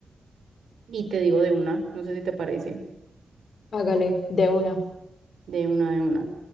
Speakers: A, on the right; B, on the left.
A: Y te digo de una, no sé si te parece,
B: Hágale, de una.
A: de una, de una.